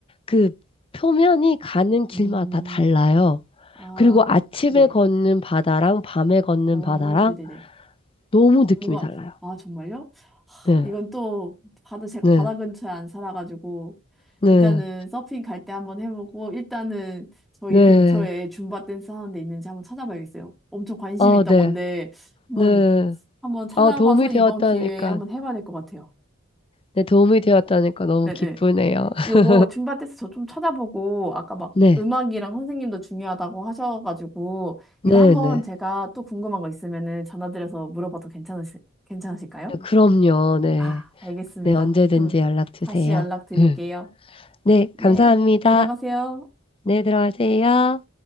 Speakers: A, on the left (about 25°); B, in the centre.
A: 그 표면이 가는 길마다
B: 음,
A: 달라요.
B: 아,
A: 그리고 아침에
B: 네.
A: 걷는 바다랑 밤에 걷는
B: 어,
A: 바다랑
B: 네네네.
A: 너무 느낌이
B: 뭔가,
A: 달라요.
B: 아, 정말요? 하,
A: 네,
B: 이건 또, 바다, 제가
A: 네,
B: 바다 근처에 안 살아가지고,
A: 네.
B: 일단은 서핑 갈 때 한번 해보고, 일단은 저희
A: 네.
B: 근처에 줌바 댄스 하는 데 있는지 한번 찾아봐야겠어요. 엄청 관심
A: 아,
B: 이 있던
A: 네.
B: 건데, 한번,
A: 네.
B: 한번 찾아봐서
A: 아, 도움이
B: 이번
A: 되었다니까.
B: 기회에 한번 해봐야 될 것 같아요.
A: 네, 도움이 되었다니까 너무
B: 네
A: 기쁘네요. <laughs>
B: 요거 줌바 댄스 저 좀 찾아보고 아까 막
A: 네.
B: 음악이랑 선생님도 중요하다고 하셔가지고
A: 네,
B: 이거 한번
A: 네.
B: 제가 또 궁금한 거 있으면은 전화드려서 물어봐도 괜찮으시, 괜찮으실까요?
A: 네, 그럼요. 네.
B: 아, 알겠습니다.
A: 네, 언제든지
B: 그럼
A: 연락 주세요.
B: 다시 연락드릴게요.
A: <laughs> 네,
B: 네,
A: 감사합니다.
B: 들어가세요.
A: 네, 들어가세요.